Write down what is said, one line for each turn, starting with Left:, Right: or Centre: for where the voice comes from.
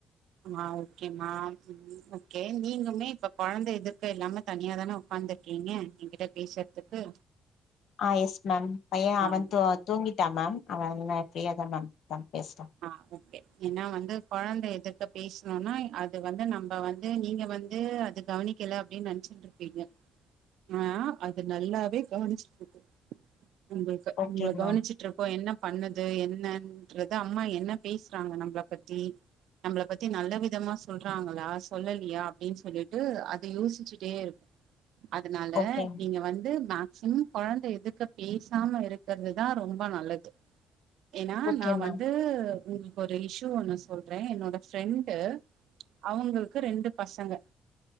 Right: மா ஓகேமா ம் ஓகே நீங்கமே இப்ப கொழந்த எதிர்க்க இல்லாம தனியா தானே க்காந்துருக்கீங்க எங்கிட்ட பேசுறதுக்கு
Left: ஆ எஸ் மேம் பைய அவ
Right: ஓகே
Left: தூ தூங்கிட்டா மேம் அவெ இல்ல ஃப்ரீயாதா மேம் இருக்க பேசலா
Right: ஆ ஓகே ஏனா வந்து கொழந்த எதுர்க்கே பேசணோனா அது வந்து நம்ப வந்து நீங்க வந்து அது கவனிக்கல அப்டின்னு நெனைச்சுக்ட்டுருப்பீங்க ஆனா அது நல்லாவே கவனிச்சுட்டு இருக்கு உங்களுக்கு
Left: ஓகே
Right: உங்கள கவனிச்சுட்டுருக்கோ
Left: மேம்
Right: என்ன பண்ணுது என்னன்ற த அம்மா என்ன பேசுறாங்க நம்மள பத்தி நம்மள பத்தி நல்ல விதமா சொல்றாங்களா சொல்லலியா அப்டின்னு சொல்லிட்டு அது யோசிச்சிட்டேருக் அதுனால
Left: ஓகே
Right: நீங்க வந்து மேக் சிமம் கொழந்த எதுர்க்க பேசாம இருக்கறதுதா ரொம்ப நல்லது ஏனா
Left: ஓகே
Right: நா
Left: மேம்
Right: வந்து உங்களுக்கு ஒரு இஷ்யூ ஒன்னு சொல்றே என்னோட ஃப்ரெண்டு் அவுங்களுக்கு ரெண்டு பசங்க